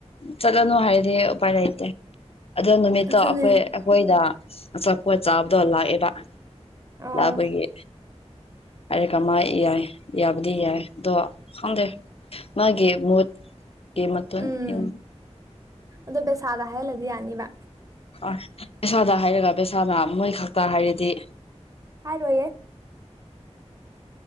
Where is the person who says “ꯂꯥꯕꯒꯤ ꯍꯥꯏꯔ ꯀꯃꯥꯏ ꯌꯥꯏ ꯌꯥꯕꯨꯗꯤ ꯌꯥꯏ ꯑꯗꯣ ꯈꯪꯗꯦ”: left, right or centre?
Left